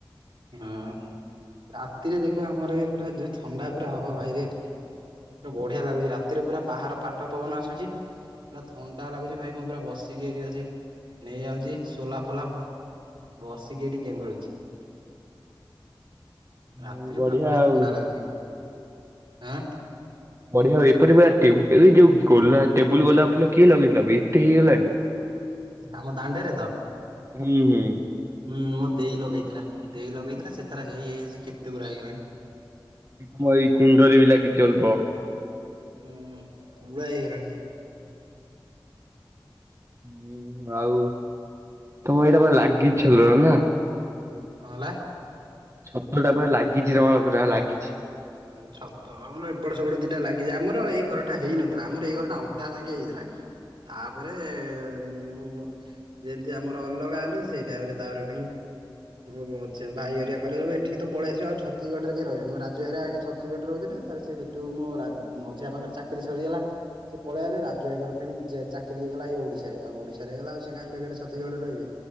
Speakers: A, on the right; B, on the right.
A: ହଁ ରାତିରେ ଦେଖିବା ଆମର ଏ ପୁରା ଯୋଉ ଥଣ୍ଡା ପୁରା ହବ ଭାଇରେ। ପୁରା ବଢିଆ ଲାଗୁଛି ରାତିରେ ପୁରା ବାହାର ପାଟ ପବନ ଆସୁଛି। ପୁରା ଥଣ୍ଡା ଲାଗୁଛି ଭାଇ ମୁଁ ପୁରା ବସିକି ଏଠି ଅଛି ନେଇଆଉଛି ସୋଲା ଫୋଲା। ବସିକି ଏଠି ଗେମ୍ ଖେଳୁଛି।
B: ହୁଁ
A: ରାତିରେ ପୁରା ବଢିଆ
B: ଆଉ।
A: ଥଣ୍ଡା ଲାଗୁଛି ଆଁ।
B: ବଢିଆ ଏପରି ପୁରା ଏଇ ଯୋଉ ଗୋଲା ଟେବୁଲ ଗୋଲାପ ଫୁଲ କିଏ ଲଗେଇଗଲା ଏତେ ହେଇଗଲାଣି?
A: ଆମ ଦାଣ୍ଡରେ ତ?
B: ହୁଁ ହୁଁ।
A: ହୁଁ ମୋ ଦେଇ ଲଗେଇଥିଲା। ଦେଇ ଲଗେଇଥିଲା ସେ ତାର ହେଇ ହେଇ କେତେ ପୁରା ହେଇଗଲାଣି।
B: ହଁ ଏଇ କୁଣ୍ଡରେ ବିି ଲାଗିଛି ଅଳ୍ପ।
A: ହୁଁ ପୁଳାଏ ହେଇରାଣି ସେ।
B: ହୁଁ ଆଉ ତମର ଏଇଟା ପୁରା ଲାଗି ଇଛ ନା।
A: କଣ ହେଲା?
B: ସଫଳ ଟା ପା ଲାଗିଛି ତମର ପୁରା ଲାଗିଛି।
A: ସତ ଆମର ଏପଟେ ସେପଟେ ଦିଟା ଲାଗିଛି ଆମର ଏଇ ଘର ଟା ହେଇନଥିଲା ଆମର ଏଇ ଘର ଟା ଅଧା ଯାଙ୍କେ ହେଇଥିଲା। ତାପରେ <unintelligible> ଯେମିତି ଆମର ଅଲଗା ହେଲେ ସେଇ ଟାଇମ ରେ ତାପରେ ଭା ହୋ ମଝିଆ ଭାଇ ହରିକା କହିଲେ ସବୁ ଏଠିକି ତ ପଳେଇଆସିବ ଆ ଛତିଶଗଡ ରେ କିଏ ରହିବନ ଛତିଶଗଡରେ ରହୁଥିଲେ ତାର ସେଇଠୁ ମୋ ରା ମଝିଆ ପାଙ୍କରେ ଚାକିରି ସରିଗଲା। ସେ ପଳେଇ ଆଇଲେ ରାଜୁ ଭାଇଙ୍କର ପୁଣି ଚାକିରି ହେଇଗଲା ଏଇ ଓଡ଼ିଶା ରେ ଆଉ ଓଡ଼ିଶା ରେ ହେଇଗଲା ସେ କାହିଁ ବେକାର ରେ ଛତିଶଗଡ଼ ରେ ରହିବେ।